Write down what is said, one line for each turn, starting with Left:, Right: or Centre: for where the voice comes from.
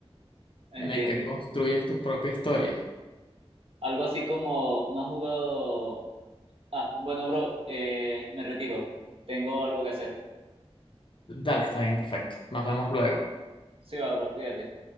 Left: en
Right: Entiendo.
Left: el que construyes tu propia historia.
Right: Algo así como, ¿no has jugado? Ah, bueno, bro, eh, me retiro. Tengo algo que hacer.
Left: Dale, está bien, perfecto. Nos vemos luego.
Right: Sí, va, bro, cuídate.